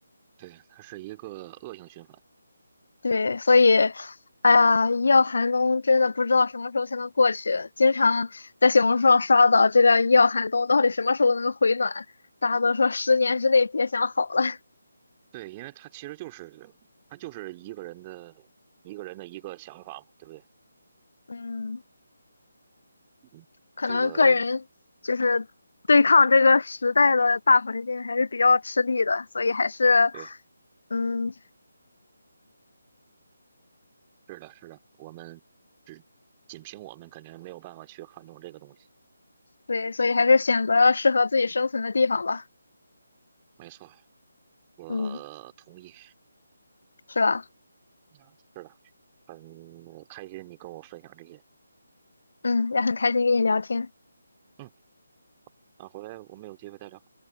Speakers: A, on the right (about 20°); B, on the left (about 60°).
A: 对，它是一个恶性循环。
B: 对，所以，哎呀，医药寒冬真的不知道什么时候才能过去。经常在小红书上刷到这个医药寒冬到底什么时候能回暖，大家都说十年之内别想好了。
A: 对，因为他其实就是他就是一个人的一个人的一个想法嘛，对不对？
B: <laughs> 嗯，
A: 嗯这个
B: 可能个人就是对抗这个时代的大环境还是比较吃力的，所以还是，
A: 对，
B: 嗯，
A: 是的，是的，我们只仅凭我们肯定没有办法去撼动这个东西。
B: 对，所以还是选择适合自己生存的地方吧。
A: 没错，我同意。
B: 嗯，是吧？
A: 嗯是的，很开心你跟我分享这些。
B: 嗯，也很开心跟你聊天。
A: 嗯，那回来我们有机会再聊。